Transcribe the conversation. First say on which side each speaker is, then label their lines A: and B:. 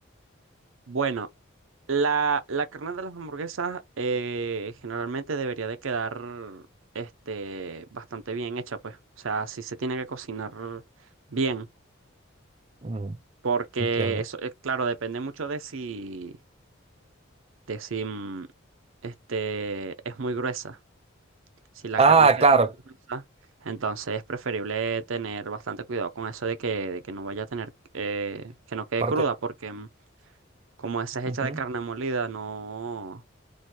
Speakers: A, on the right (about 80°); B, on the right (about 30°).
A: Bueno, la, la carne de las hamburguesas eh, generalmente debería de quedar este, bastante bien hecha, pues. O sea, si se tiene que cocinar bien.
B: Mm,
A: Porque
B: entiendo.
A: eso, eh, claro, depende mucho de si, de si mm, este, es muy gruesa. Si la
B: Ah,
A: carne queda
B: claro.
A: muy gruesa, entonces es preferible tener bastante cuidado con eso de que, de que no vaya a tener, eh, que no quede
B: Parte...
A: cruda, porque... mm, como esa es
B: ujú.
A: hecha de carne molida, no,